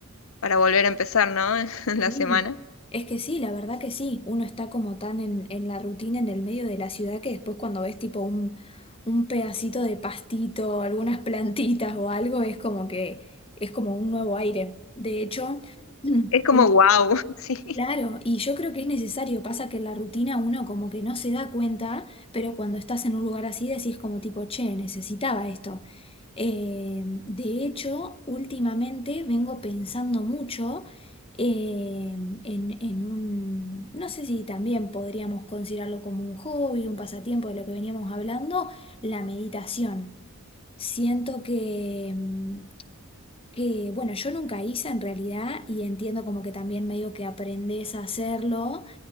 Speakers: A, on the left; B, on the left.
A: para volver a empezar, ¿no? <laughs>
B: Sí,
A: La semana.
B: es que sí, la verdad que sí, uno está como tan en, en la rutina, en el medio de la ciudad, que después cuando ves tipo un, un pedacito de pastito, algunas <laughs> plantitas o algo, es como que es como un nuevo aire. De hecho, <clears throat>
A: Es como wow, <laughs> sí.
B: Claro, y yo creo que es necesario, pasa que en la rutina uno como que no se da cuenta, pero cuando estás en un lugar así decís como tipo, che, necesitaba esto. Eh, de hecho, últimamente vengo pensando mucho eh, en, en un, no sé si también podríamos considerarlo como un hobby, un pasatiempo de lo que veníamos hablando, la meditación. Siento que, mm, que, bueno, yo nunca hice en realidad y entiendo como que también medio que aprendes a hacerlo,